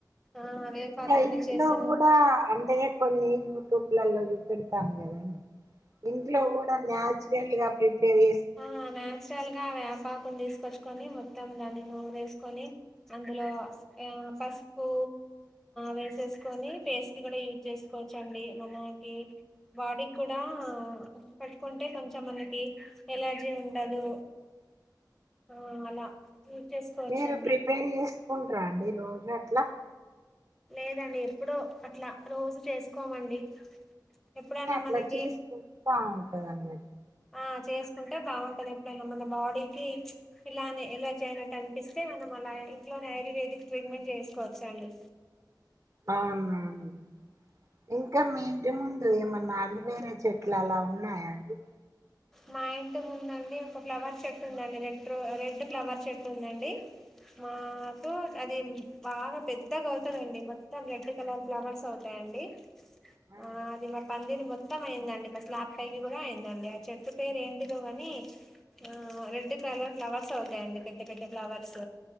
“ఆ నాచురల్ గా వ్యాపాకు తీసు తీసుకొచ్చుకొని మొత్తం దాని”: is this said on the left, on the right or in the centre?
Centre